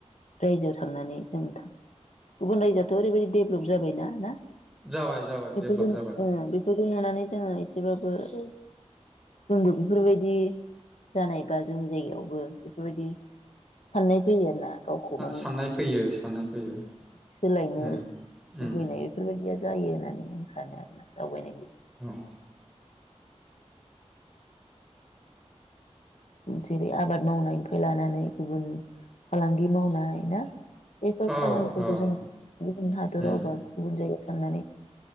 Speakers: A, on the left; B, in the centre.
A: रायजोआव थांनानै जों गुबुन रायजोआथ' ओरैबायदि डेभलप जाबायना ना
B: जाबाय जाबाय
A: बेफोरखौ
B: डेभेलप जाबाय।
A: ओ बेफोरखौ नुनानै जोङो एसेबाबो जोंबो बेफोरबायदि जानाय बा जोंनि जायगायावबो बेफोरबायदि साननाय फैयो आरो ना गावखौ माने
B: साननाय फैयो साननाय फैयो
A: सोलायनो
B: उम
A: ओम
B: उम
A: लुबैनाय बेफोरबायदिया जायो होननानै आं सानो आरोना दावबायनाय।
B: अ
A: जेरै आबाद मावनायनिफ्राय लानानै गुबुन फालांगि मावनाय ना बेफोर
B: औ
A: खामानिफोरखौ
B: औ
A: जों गुबुन हादराव
B: उम
A: बा गुबुन जायगायाव थांनानै